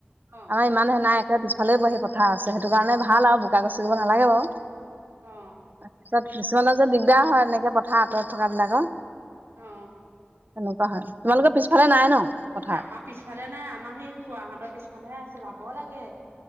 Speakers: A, on the right; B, on the right.
A: অ',
B: আমাৰ ইমানহে নাই একে পিছফালে বহি পথা আছে সেইটো কাৰণে ভাল আৰু বোকা গছ কৰিব নালাগে বাৰু।
A: অ',
B: তাৰপিছত কিছুমানৰ যে দিগদাৰ হয় এনেকে পথাৰ আঁতৰত থকা বিলাকৰ।
A: অ
B: তেনেুৱা হয় তোমালোকৰ পিছফালে নাই ন পথাৰ
A: আমাৰ পিছফালে নাই আমাৰ সেই খোৱাহঁতৰ পিছফালেহে আছে যাব লাগে।